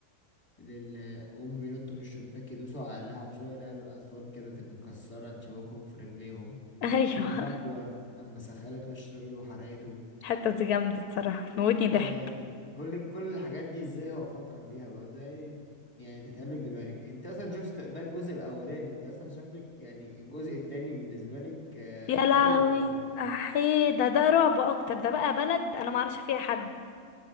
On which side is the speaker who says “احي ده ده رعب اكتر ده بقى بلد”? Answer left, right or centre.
Left